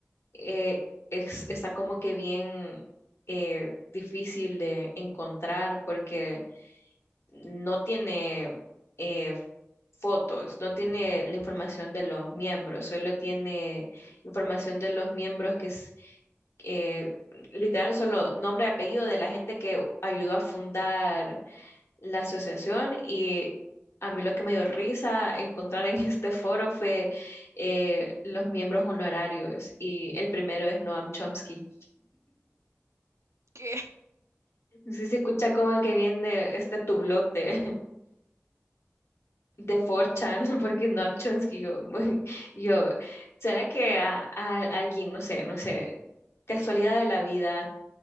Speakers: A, on the left; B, on the right.
A: eh, es- está como que bien eh, difícil de encontrar porque no tiene eh, fotos, no tiene la información de los miembros, solo tiene
B: Ujú.
A: información de los miembros que es eh, literal solo nombre y apellido de la gente que ayudó a fundar la asociación y a mí lo que me dio risa encontrar en <laughs> este foro fue eh, los miembros honorarios y el primero es Noam Chomsky.
B: ¿Qué? <laughs>
A: Sí se escucha como que viene de este tu blog de de 4chan, <laughs> porque Noam Chomsky, yo, <laughs> yo, ¿será que a, a alguien, no sé, no sé, casualidad de la vida,